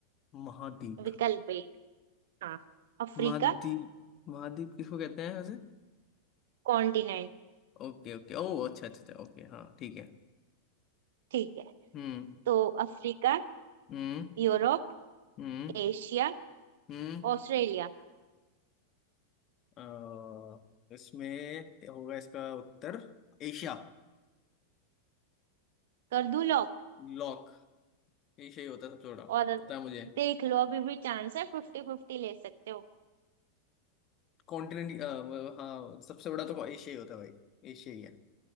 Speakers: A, on the left; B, on the right.
A: महाद्वीप
B: विकल्प एक हाँ अफ्रीका
A: महाद्वीप महाद्वीप किसको कहते हैं वैसे
B: कॉन्टिनेंट
A: ओके ओके ओ अच्छा अच्छा ओके हाँ ठीक है
B: ठीक है
A: हम्म
B: तो अफ्रीका
A: हम्म
B: यूरोप
A: हम्म
B: एशिया
A: हम्म
B: ऑस्ट्रेलिया
A: अ, इसमें होगा इसका उत्तर एशिया
B: कर दूं लॉक
A: लॉक एशिया ही होता है सबसे बड़ा
B: और
A: पता है मुझे
B: देख लो अभी भी चांस है फिफ्टी फिफ्टी ले सकते हो
A: कॉन्टिनेंट हाँ सबसे बड़ा तो एशिया ही होता है भाई एशिया ही है